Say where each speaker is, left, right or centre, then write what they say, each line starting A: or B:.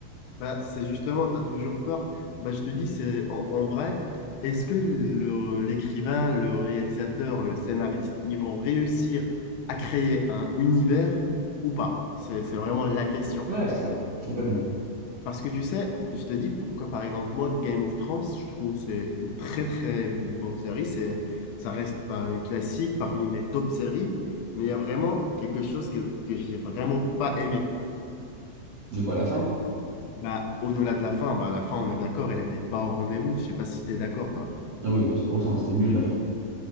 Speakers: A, on the left (about 85°); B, on the right (about 55°).
A: Bah, c'est justement, tu as toujours peur. Bah, je te dis, c'est en, en vrai, est-ce que le- l'écrivain, le réalisateur, le scénariste, ils vont réussir à créer un univers ou pas? C'est, c'est vraiment la question.
B: Ouais, c'est ça. Complètement.
A: Parce que tu sais, je te dis pourquoi, par exemple, moi, Game of Thrones, je trouve c'est une très très bonne série. C'est, ça reste pas une classique parmi mes top séries, mais il y a vraiment quelque chose que, que j'ai vraiment pas aimé.
B: De quoi, la fin?
A: Bah, au-delà de la fin, bah, à la fin, on est d'accord, elle n'était pas au rendez-vous. Je sais pas si tu es d'accord, toi.
B: Ah oui, bah, 100%, c'était nul la fin.